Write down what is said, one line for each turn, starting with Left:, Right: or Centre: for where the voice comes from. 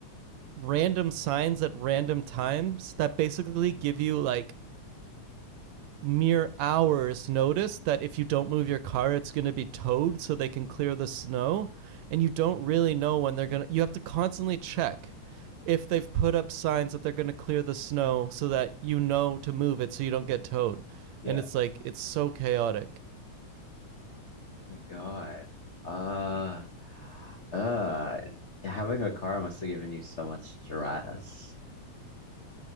Right: random signs at random times that basically give you like mere hours notice that if you don't move your car, it's going to be towed so they can clear the snow. And you don't really know when they're going to, you have to constantly check if they've put up signs that they're going to clear the snow so that you know to move it so you don't get towed.
Left: yeah.
Right: And it's like, it's so chaotic.
Left: my God. Uh, uh, having a car must have given you so much stress,